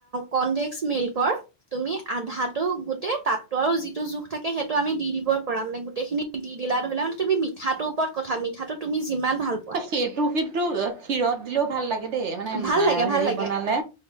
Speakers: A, on the right; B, on the right.
A: কনডেক্স মিল্কৰ তুমি আধাটো গোটেই তাতটো আৰু যিটো জোখ থাকে সেইটো আমি দি দিবই পৰা মানে গোটেইখিনি দি দিলা ধৰি লোৱা মানে তুমি মিঠাটোৰ ওপৰত কথা মিঠাটো তুমি যিমান ভাল পোৱা,
B: সেইটো কিন্তু ক্ষীৰত দিলেও ভাল লাগে দেই মানে
A: ভাল লাগে, ভাল
B: হেৰি
A: লাগে,
B: বনালে।